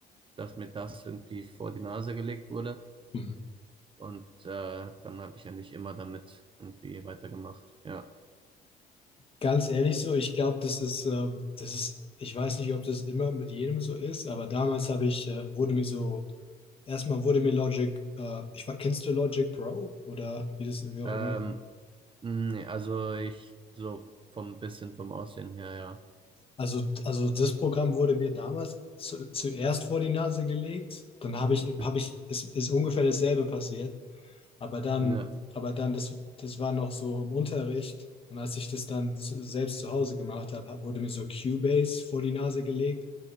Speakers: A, on the right (about 30°); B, on the left (about 35°).
A: dass mir das irgendwie vor die Nase gelegt wurde.
B: Hm.
A: Und äh, dann habe ich eigentlich immer damit irgendwie weitergemacht. Ja.
B: Ganz ehrlich so, ich glaube, das ist, äh, das ist, ich weiß nicht, ob das immer mit jedem so ist, aber damals habe ich, äh, wurde mir so, erstmal wurde mir Logic, äh, ich, we- kennst du Logic Pro oder wie das, wie auch
A: Ähm,
B: immer,
A: nee, also ich so vom bisschen vom Aussehen her, ja.
B: Also, also das Programm wurde mir damals zu, zuerst vor die Nase gelegt, dann habe ich,
A: Mhm.
B: habe ich, ist ist ungefähr dasselbe passiert, aber dann,
A: Ja,
B: aber dann, das, das war noch so im Unterricht und als ich das dann zu, selbst zu Hause gemacht habe, hab- wurde mir so Cubase vor die Nase gelegt